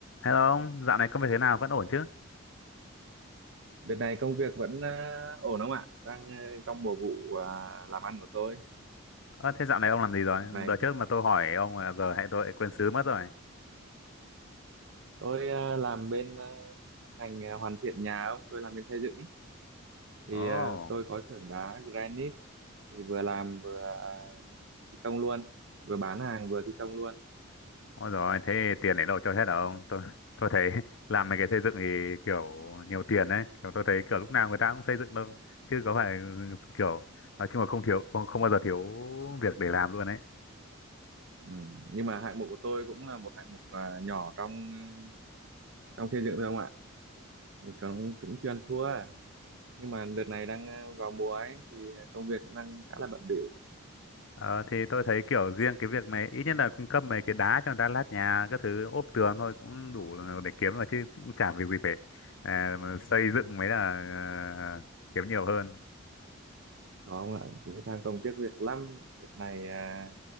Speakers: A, on the left (about 60°); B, on the right (about 60°).
A: Hello ông, dạo này công việc thế nào vẫn ổn chứ?
B: Đợt này công việc vẫn ờ, ổn không ạ? Đang ờ, trong mùa vụ ờ, làm ăn của tôi.
A: Ơ, thế dạo này ông làm gì rồi?
B: Đợt này
A: Đợt trước mà tôi hỏi ông là giờ hệ tôi lại quên xứ mất rồi.
B: tôi ờ, làm bên ờ, ngành ờ, hoàn thiện nhà ông, tôi làm bên xây dựng ấy. Thì
A: Ồ,
B: ờ,
A: oh,
B: tôi có xưởng đá granite thì vừa làm vừa ờ, thi công luôn, vừa bán hàng vừa thi công luôn.
A: ôi rồi thế tiền để đâu cho hết hả ông? Tôi tôi thấy <laughs> làm mấy cái xây dựng thì kiểu nhiều tiền đấy. Kiểu tôi thấy kiểu lúc nào người ta cũng xây dựng đâu. Chứ có phải ừ, kiểu nói chung là không thiếu không, không bao giờ thiếu việc để làm luôn đấy.
B: Ừ. Nhưng mà hạng mục của tôi cũng là một hạng mục ờ, nhỏ trong ờ, trong xây dựng thôi không ạ? Mình cũng cũng chưa ăn thua à. Nhưng mà đợt này đang ờ, vào mùa ấy thì công việc cũng đang khá là bận bịu.
A: Ờ, thì tôi thấy kiểu riêng cái việc mày ít nhất là cung cấp mấy cái đá cho người ta lát nhà các thứ ốp tường thôi cũng đủ để kiếm mà chứ cũng chả việc gì phải à, mà xây
B: Ừ.
A: dựng mới là ờ, kiếm nhiều hơn
B: có không ạ cũng than công tiếc việc lắm đợt này à,